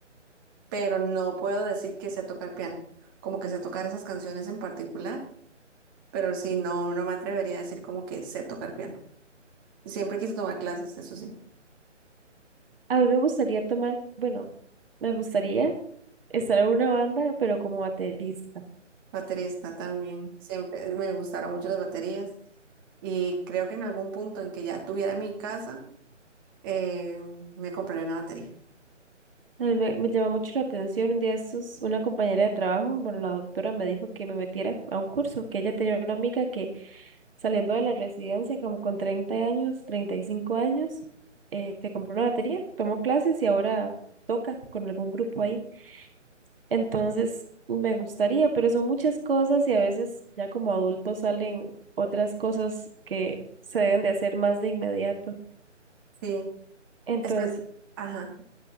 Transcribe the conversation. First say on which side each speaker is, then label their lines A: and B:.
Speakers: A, on the right; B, on the right.
A: pero no puedo decir que sé tocar piano, como que sé tocar esas canciones en particular, pero sí, no, no me atrevería a decir como que sé tocar piano. Siempre quise tomar clases, eso sí.
B: A mí me gustaría tomar, bueno, me gustaría estar en una banda, pero como baterista.
A: Baterista también. Siempre me gustaron mucho las baterías. Y creo que en algún punto en que ya tuviera mi casa, eh, me compraré una batería.
B: A mí me, me llama mucho la atención. Un día estos, una compañera de trabajo, bueno, la doctora me dijo que me metiera a un curso, que ella tenía una amiga que saliendo de la residencia, como con 30 años, 35 años, eh, se compró una batería, tomó clases y ahora toca con algún grupo ahí. Entonces, me gustaría, pero son muchas cosas y a veces ya como adultos salen otras cosas que se deben de hacer más de inmediato.
A: Sí.
B: Entonces,
A: Espe- Ajá.